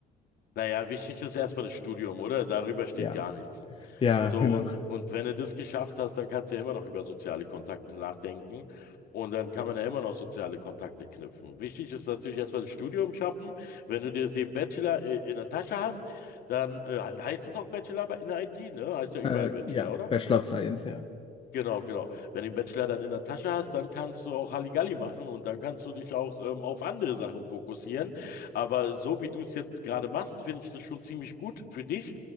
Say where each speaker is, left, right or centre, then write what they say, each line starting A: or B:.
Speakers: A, on the left (about 65°); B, on the left (about 30°).
A: Naja, wichtig ist erstmal das Studium, oder? Darüber steht
B: Ja,
A: gar nichts.
B: ja,
A: So,
B: genau.
A: und, und wenn du das geschafft hast, dann kannst du ja immer noch über soziale Kontakte nachdenken. Und dann kann man ja immer noch soziale Kontakte knüpfen. Wichtig ist natürlich erstmal das Studium schaffen. Wenn du dir den Bachelor äh, in der Tasche hast, dann äh, heißt es auch Bachelor bei- in der IT, ne? Heißt ja überall
B: Äh,
A: Bachelor,
B: ja,
A: oder?
B: Bachelor of Science, ja.
A: Genau, genau. Wenn du den Bachelor dann in der Tasche hast, dann kannst du auch Halligalli machen und dann kannst du dich auch ähm, auf andere Sachen fokussieren. Aber so wie du es jetzt gerade machst, finde ich das schon ziemlich gut für dich,